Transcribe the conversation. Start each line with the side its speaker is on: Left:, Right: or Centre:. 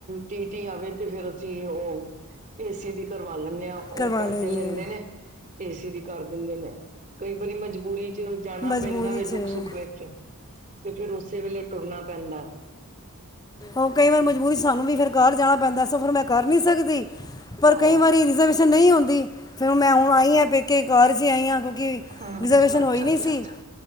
Right: ਟੀ ਟੀ ਆਵੇ ਤੇ ਫੇਰ ਅਸੀਂ ਉਹ ਏਸੀ ਦੀ ਕਰਵਾ ਲੈਂਦੇ ਹਾਂ, ਉਹ
Left: ਕਰਵਾ
Right: ਪੈਸੇ
Left: ਲਈਦੀ
Right: ਲੈਂਦੇ
Left: ਹੈ
Right: ਨੇ ਏ ਸੀ ਵੀ ਕਰ ਦਿੰਦੇ ਨੇ। ਕਈ ਵਾਰੀ ਮਜਬੂਰੀ ਚ ਜਾਣਾ
Left: ਮਜਬੂਰੀ
Right: ਪੈਂਦਾ ਵ
Left: 'ਚ
Right: ਦੁੱਖ- ਸੁੱਖ ਵਿੱਚ ਤੇ ਫਿਰ ਉਸੇ ਵੇਲੇ ਟੁਰਨਾ ਪੈਂਦਾ
Left: ਓ ਕਈ ਵਾਰ ਮਜਬੂਰੀ ਸਾਨੂੰ ਵੀ ਫਿਰ ਕਾਰ ਜਾਣਾ ਪੈਂਦਾ ਸਫਰ ਮੈਂ ਕਰ ਨੀ ਸਕਦੀ ਪਰ
Right: ਹਾਂ
Left: ਕਈ ਵਾਰੀ ਰਿਜਰਵੇਸ਼ਨ ਨਈ ਹੁੰਦੀ, ਫਿਰ ਮੈਂ ਹੁਣ ਆਈ ਹਾਂ ਪੇਕੇ ਕਾਰ ਚ ਈ ਆਈ ਆ। ਗੀ
Right: ਹਮ
Left: ਰਿਜ਼ਰਵੇਸ਼ਨ
Right: ਅੱਛਾ
Left: ਹੋਈ ਨੀ
Right: ਅੱਛਾ
Left: ਸੀ।
Right: ਅੱਛਾ